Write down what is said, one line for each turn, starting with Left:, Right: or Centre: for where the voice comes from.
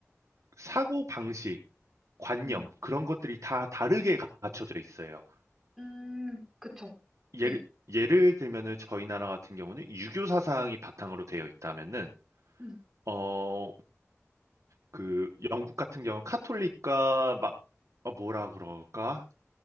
Right: 사고 방식 관념
Centre: 음,
Right: 그런 것들이 다 다르게 갖춰져 있어요.
Centre: 음, 그쵸,
Right: 예를
Centre: 네,
Right: 예를 들면은 저희 나라 같은 경우는 유교 사상이 바탕으로 되어 있다면은
Centre: 음,
Right: 어 그 영국 같은 경우 카톨릭과 막 어, 뭐라 그럴까?